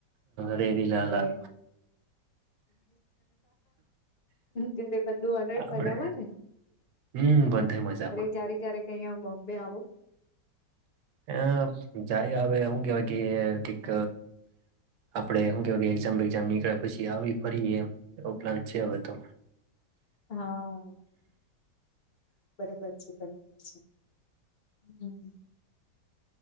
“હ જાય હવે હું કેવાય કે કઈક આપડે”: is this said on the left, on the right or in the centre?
Right